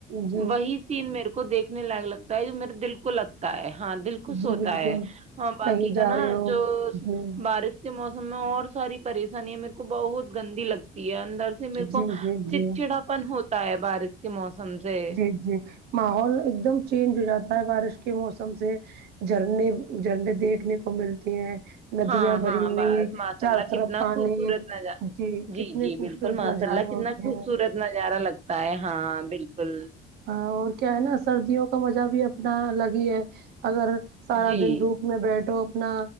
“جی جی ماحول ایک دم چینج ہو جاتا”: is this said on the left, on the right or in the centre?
Right